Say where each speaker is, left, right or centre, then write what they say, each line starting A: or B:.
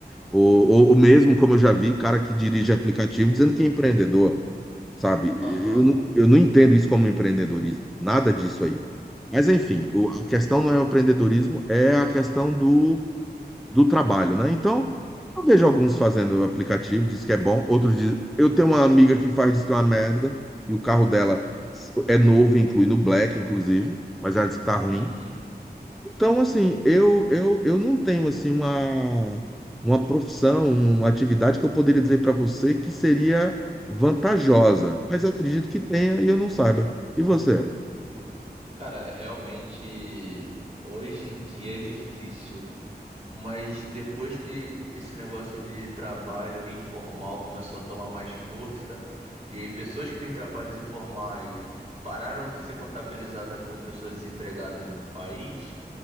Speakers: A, in the centre; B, on the right.
A: Ou, ou, ou mesmo, como eu já vi, cara que dirige aplicativo dizendo que é empreendedor sabe? Eu
B: aham,
A: não, eu não entendo isso como empreendedorismo, nada disso aí. Mas, enfim, o- a questão não é o empreendedorismo, é a questão do, do trabalho, né? Então, eu vejo alguns fazendo o aplicativo, diz que é bom, outros diz... Eu tenho uma amiga que faz, diz que é uma merda, e o carro dela é novo, inclui no Black, inclusive, mas ela diz que tá ruim.
B: uhum.
A: Então, assim, eu, eu, eu não tenho assim uma, uma profissão, uma atividade que eu poderia dizer para você que seria vantajosa, mas eu acredito que tenha e eu não saiba. E você?
B: Cara, realmente hoje em dia é difícil, mas depois que esse negócio de trabalho informal começou a tomar mais força, e aí pessoas que têm trabalhos informais pararam de ser contabilizadas como pessoas desempregadas no país,